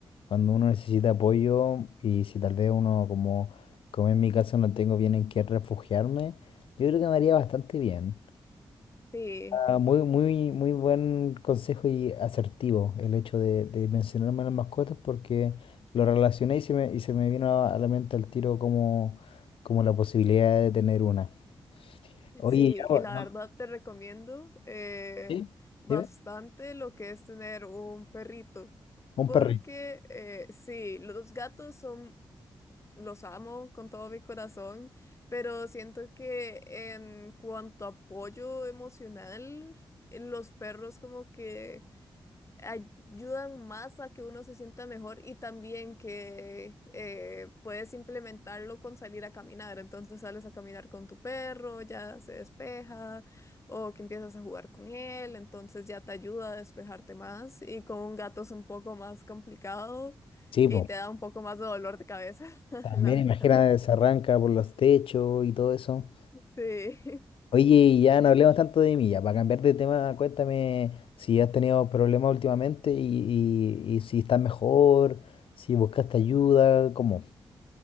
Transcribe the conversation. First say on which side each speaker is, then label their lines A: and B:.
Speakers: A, on the left; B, on the left.
A: cuando uno necesita apoyo y si tal vez uno como, como en mi caso no tengo bien en qué refugiarme, yo creo que me haría bastante bien.
B: Sí,
A: Ah, Muy, muy, muy buen consejo y asertivo el hecho de, de mencionarme a las mascotas porque lo relacioné y se me, y se me vino a la mente al tiro como, como la posibilidad de tener una. Oye,
B: sí,
A: ya, pues,
B: y la
A: ¿no?
B: verdad te recomiendo eh,
A: ¿Sí?
B: bastante
A: Dime,
B: lo que es tener un perrito,
A: un
B: porque
A: perrito.
B: eh, sí, los gatos son los amo con todo mi corazón, pero siento que en cuanto a apoyo emocional, los perros como que ayudan más a que uno se sienta mejor y también que eh, puedes implementarlo con salir a caminar. Entonces sales a caminar con tu perro, ya se despeja, o que empiezas a jugar con él, entonces ya te ayuda a despejarte más. Y con un gato es un poco más complicado
A: Sí,
B: y
A: pues,
B: te da un poco más de dolor de cabeza, <laughs>
A: también
B: la verdad.
A: imagina, se arranca por los techos y todo eso.
B: Sí.
A: Oye, y ya no hablemos tanto de mí, ya, para cambiar de tema, cuéntame si has tenido problemas últimamente y, y, y si estás mejor, si buscaste ayuda, ¿cómo?